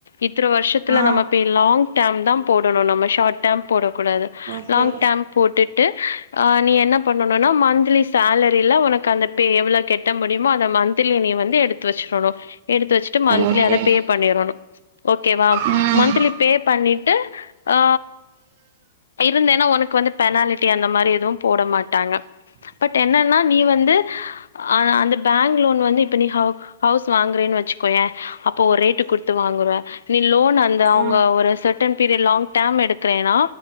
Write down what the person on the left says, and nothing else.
இத்தன வருஷத்துல
நம்ம போய் லாங் டெர்ம் தா போடணு நம்ம ஷார்ட் டெர்ம் போடக்கூடாது
லாங் டெர்ம் போட்டுட்டு அ நீ என்ன பண்ணனுனா மந்த்லி சேலரில உனக்கு அந்த பே எவ்ளோ கெ ட்ட முடியுமோ அத மந்த்லி நீ வந்து எடுத்து வச்சுறனு எடுத்து வச்சட்டு மந்த்லி
அத பே பண்ணிறணு ஓகேவா
மந்த்லி பே பண்ணிட்டு அ இருந்தன்னா உனக்கு வந்து பெனாலிட்டி அந்த மாரி எதுவு போட மாட்டாங்க பட் என்னனா நீ வந்து அந்த பேங்க் லோன் வந்து இப்ப நீ ஹவுஸ் வாங்குறன் வச்சுக்கோயே அப்போ ஒரு ரேட்டு குடுத்து வாங்குவ நீ லோன் அந்த அவங்க
ஒரு செர்டன் பீரியட் லாங் டெர்ம் எடுக்குறேன்னா